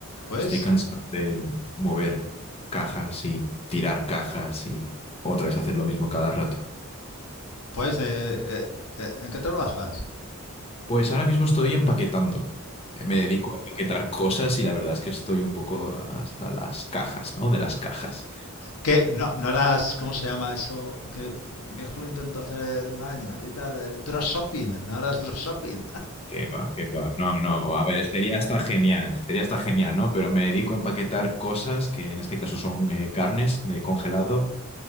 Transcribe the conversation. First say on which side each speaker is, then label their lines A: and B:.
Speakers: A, on the left (about 85°); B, on the left (about 25°).
A: Pues,
B: Estoy cansado de mover cajas y tirar cajas y otra vez hacer lo mismo cada rato.
A: pues, eh, eh, eh, ¿en qué trabajas?
B: Pues ahora mismo estoy empaquetando. Me dedico a empaquetar cosas y la verdad es que estoy un poco hasta las cajas, ¿no? De las cajas.
A: Que no, no harás. ¿cómo se llama eso? Que mi hijo lo intentó hacer un año y tal, el drop shopping, no harás drop shopping.
B: Qué va, qué va. No, no, a ver, sería hasta genial, sería hasta genial, ¿no? Pero me dedico a empaquetar cosas que en este caso son eh, carnes de congelado.